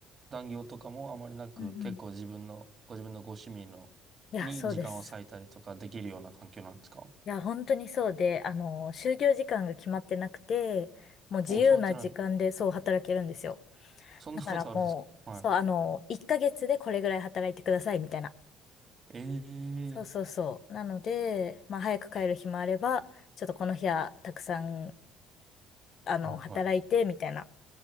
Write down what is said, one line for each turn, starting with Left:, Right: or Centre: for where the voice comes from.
Right: 残業とかもあまりなく、
Left: う。うんうん。
Right: 結構自分の、ご自分のご趣味の、
Left: いや、
Right: に時間を割いたりとかできるような環境なんですか
Left: そうです。いや、本当にそうで、あの、就業時間が決まってなくて、もう自由な時間でそう働けるんですよ。
Right: お、決まってない。そんなことあるんですかは
Left: だからもう、そう、あの、1ヶ月でこれぐらい働いてくださいみたいな。
Right: い。
Left: そうそうそう。
Right: ええ
Left: なので、まあ、早く帰る日もあれば、ちょっとこの日はたくさん、あの、
Right: ー、はい、
Left: 働いてみたいな
Right: はい。